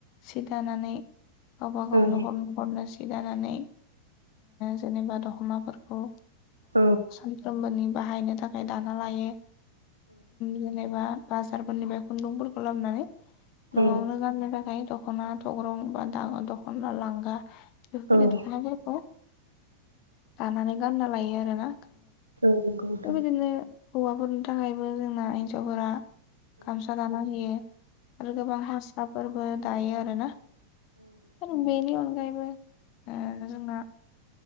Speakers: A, on the left (about 40°); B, on the right (about 80°).
A: सि दानानै गावबा गाव
B: नोंथां
A: नखर <unintelligible> दानानै जेनेबा दखनाफोरखौ
B: औ
A: सानफ्रोमबोनि बाहायनो थाखाय दाना लायो। जेनेबा बाजारफोरनिफाय खुन्दुंफोरखौ लाबानै न'आवनो
B: औ
A: गाननो थाखाय दख'ना थग्रं बा द दख'ना लांगा बेफोरबायदि
B: औ
A: दख'नाफोरखौ
B: औ
A: दानानै गानना लायो आरोना।
B: औ नंगौ औ
A: बे
B: औ नंगौ नोंथां औ
A: बिदिनो हौवाफोरनि थाखायबो जोंना हिन्जावफोरा गामसा दाना होयो आरो गोबां हारसाफोरबो दायो आरोना। आरो बेनि अनगायैबो जोंना